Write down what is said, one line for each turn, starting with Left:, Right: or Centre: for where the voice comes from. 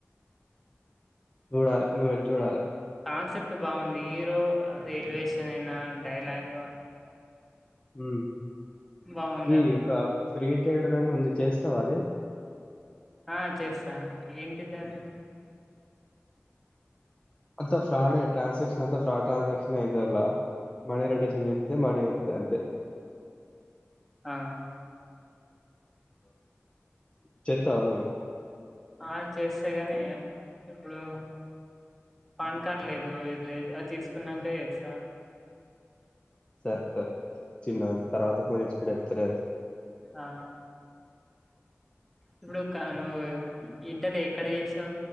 Left: జూడాలే మూవీలు చూడాలే
Centre: కాన్సెప్ట్ బాగుంది హీరో అదే ఎలివేషన్ అయినా డైలాగ్
Left: మ్మ్
Centre: బాగుంది
Left: ఈ
Centre: అలా
Left: ఒక ఫ్రీ ట్రేడర్ అనే ఉంది చేస్తావా అది
Centre: ఆ చేస్తా ఏంటిది అది
Left: అంత ఫ్రాడే ట్రాన్సాక్షన్ అంత ఫ్రాడ్ ట్రాన్సాక్షన్ ఇదా మ రోటె చె అ మణిస్తతే అంతే
Centre: ఆ
Left: చెత్తవణువ్
Centre: ఆ చేస్తే కానీ ఇప్పుడు పాన్ కార్డ్ లేదు ఇది లేదు అది తీసుకున్నాక చేస్తా
Left: సరే సరే చిన్న తర్వాత పోడ ఎప్తులేదు
Centre: ఆ ఇప్పుడు కా నువ్వు ఇంటర్ ఎక్కడ చేసావు